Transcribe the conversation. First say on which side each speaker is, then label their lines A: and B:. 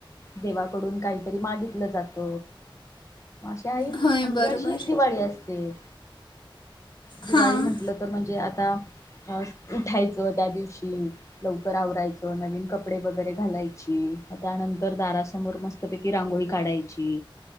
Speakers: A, on the left; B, on the left.
A: देवाकडून काहीतरी मागितलं जात त्याही
B: होय
A: म्हणजे
B: बरोबर
A: अशी दिवाळी असते. दिवाळी
B: हां
A: म्हंटलं तर म्हणजे आता अ उठायचं त्या दिवशी लव कर आवरायचं नवीन कपडे वगैरे घालायची त्यानंतर दारासमोर मस्तपैकी रांगोळी काढायची